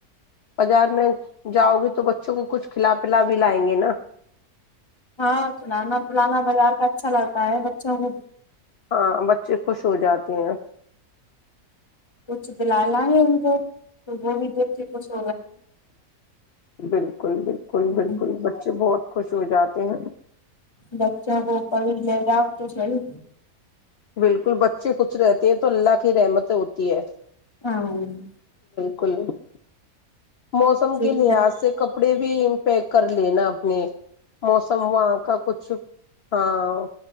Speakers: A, on the left; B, on the left.
A: بازار میں جاؤ گے تو بچوں کو کچھ کھلا پلا بھی لائیں گے نا
B: ہاں پلانا پلانا بازار کا اچھا لگتا ہے بچوں کو
A: ہاں بچے خوش ہو جاتے <unintelligible> کہ <unintelligible>
B: کچھ دلا لا گے ان کو تو وہ بھی دیک کے ک <unintelligible>
A: بالکل بالکل
B: گے
A: بالکل بچے بہت <unintelligible> خوش ہو جاتے ہیں
B: بچا گوپل ل جاؤ <unintelligible> توساہ <unintelligible>
A: بالکل بچے کچھ رہتے ہیں تو اللہ کی رحمت ہوتی ہے <unintelligible>
B: ہاں <unintelligible>
A: کل <unintelligible> موسم کے لحاظ
B: بھی
A: سے کپڑے بھی <unintelligible> پ کر ل نا اپنے <unintelligible> موسم وہاں کا کچھ <unintelligible> ہاں